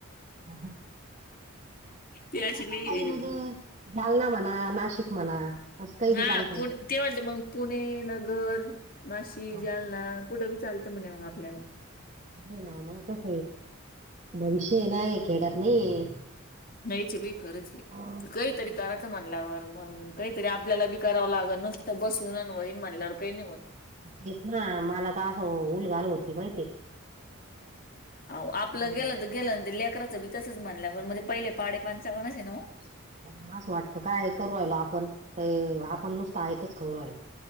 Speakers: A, on the right; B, on the left.
A: नाही
B: ते अशी
A: ना
B: लई
A: संभाजीनगर जालना म्हणा नाशिक म्हणा असं काही बी
B: हा
A: चालत ना
B: पु ते म्हणते मग पुणे नगर नाशिक
A: हा.
B: जालना कुठं ब चालतं म्हणे मग आपल्याला.
A: अरे नाव मग तस भविष्य नाही खेडत नाही.
B: नाहीचे बाई खरंच आहे
A: हा, काय
B: काहीतरी
A: करते
B: करायचं म्हणल्यावर मग. काहीतरी आपल्याला बी कराव लागल नुसतं बसून वहीण म्हणल्यावर काही नाही होत.
A: ते ना मला तर असं उल घाल होती माहि.
B: आपलं
A: हम्म.
B: गेलं तर गेलं ते लेकराच भ. तसंच म्हणलंवर मध्येे पहिले पाडे पनंचाव्वनच न्हवं
A: नास वाटतं काय करू राहिलो आपण काही आपण नुसतं आहेथच खाऊ राहिलो.